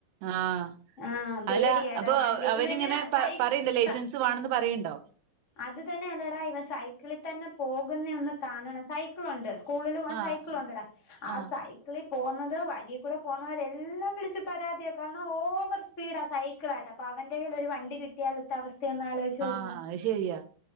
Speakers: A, on the right (about 75°); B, on the left (about 55°).
A: ആഹ്
B: ആ പേടിയട
A: അല്ല അപ്പൊ
B: വണ്ടി
A: അവനിങ്ങനെ
B: ഇവനെ
A: പ
B: സൈ
A: പറയ്ണ്ടോ ലൈസൻസ്
B: സ
A: വേണന്ന് പറയ്ണ്ടോ
B: അത് തന്നെയല്ലേടാ ഇവ സൈക്കിളിൽ തന്നെ പോകുന്ന ഒന്ന് കാണണം സൈക്കിളുണ്ട് സ്കൂളിൽ പോകൻ
A: ആഹ്
B: സൈക്കിൾ ഉണ്ട്ടാ ആ
A: ആഹ്
B: സൈക്കിളിൽ പോകുന്നത് വഴിൽ കൂടെ പോകുന്നവരെല്ലാം വിളിച്ച് പരാതിയ കാരണം ഓവർ സ്പീഡ് ആ സൈക്കിള ആയിട്ട് അപ്പ അവന്റെ ൽ ഒരു വണ്ടി കിട്ടിയാൽ ഒത്ത അവസ്ഥയന്ന ആലോചിച്ചോ
A: ആ അത് ശെരിയാ